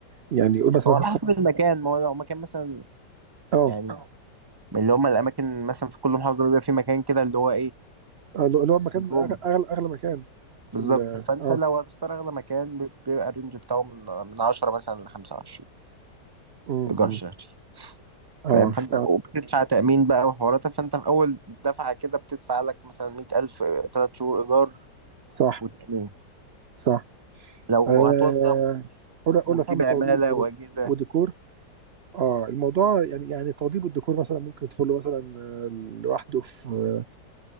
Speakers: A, on the right (about 85°); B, on the right (about 20°).
A: يعني قول
B: ما
A: مثلا
B: هو على
A: هدفع
B: حسب المكان ما هو لو مكان مثلا
A: اه
B: يعني من اللي هم الأماكن مثلا في كل محافظة بيبقى في مكان كده اللي هو
A: آه، اللي اللي هو المكان
B: إيه
A: أغ- اغلى اغلى مكان في
B: بالظبط
A: ال
B: فانت
A: اه
B: لو هتختار اغلى مكان بي- بيبقى الرينج بتاعه من من 10 مثلا ل 25
A: امم
B: ايجار شهري
A: اه
B: فاهم فانت
A: ف-
B: وبتدفع تامين بقى وحوارات فانت في اول دفعه كده بتدفع لك مثلا 100000 3 شهور ايجار
A: صح
B: وتامين
A: صح
B: لو
A: آه
B: هتوضب
A: قول قول
B: وتجيب
A: هتعمل
B: عماله
A: توضيب
B: واجهزه
A: وديكور اه الموضوع يعني يعني توضيب الديكور مثلا ممكن يدخل له مثلا آه، لوحده في آه،